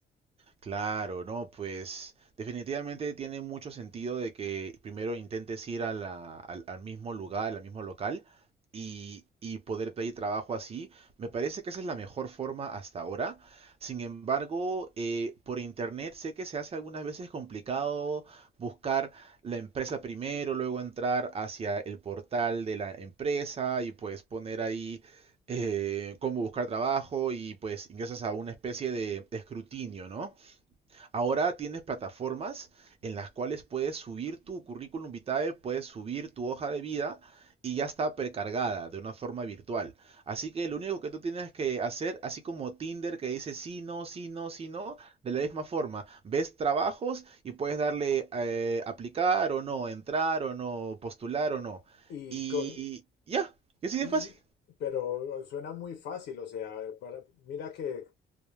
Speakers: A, on the right; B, on the left.
A: Claro, no, pues definitivamente tiene mucho sentido de que primero intentes ir a la- al, al mismo lugar, al mismo local y, y poder pedir trabajo así. Me parece que esa es la mejor forma hasta ahora. Sin embargo, eh, por internet sé que se hace algunas veces complicado buscar la empresa primero, luego entrar hacia el portal de la empresa y pues poner ahí eh, cómo buscar trabajo y pues ingresas a una especie de de escrutinio, ¿no? Ahora tienes plataformas en las cuales puedes subir tu currículum vitae, puedes subir tu hoja de vida y ya está precargada de una forma virtual. Así que lo único que tú tienes que hacer, así como Tinder que dice sí, no, sí, no, sí, no, de la misma forma, ves trabajos y puedes darle eh, aplicar o no, entrar o no, postular o no.
B: Y
A: Y
B: con,
A: ya, y así
B: y,
A: de fácil.
B: pero suena muy fácil, o sea, para- mira que